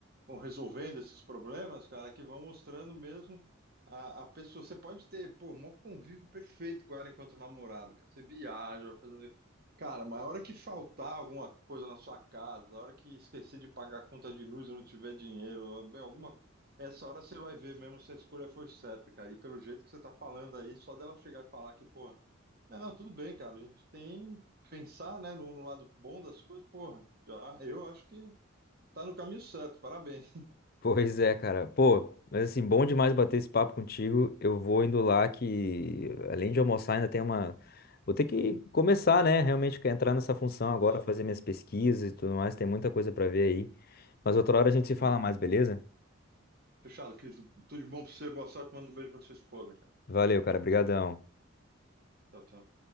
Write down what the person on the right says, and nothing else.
vão resolvendo esses problemas, cara, que vão mostrando mesmo a, a pessoa. Você pode ter, pô, um convívio perfeito com ela enquanto namorado, cara, você viaja, vai fazendo Cara, mas a hora que faltar alguma coisa na sua casa, a hora que esquecer de pagar a conta de luz ou não tiver dinheiro, bem, alguma. Essa hora você vai ver mesmo se a escolha foi certa, cara. E pelo jeito que você tá falando aí, só dela chegar e falar que, porra, não, tudo bem, cara, a gente tem que pensar, né, no, no lado bom das coisas, porra, já, eu acho que tá no caminho certo, parabéns.
É,
boa.
Fechado, querido. Tudo de bom pra você, boa sorte, manda um beijo pra sua esposa, cara.
Tchau, tchau.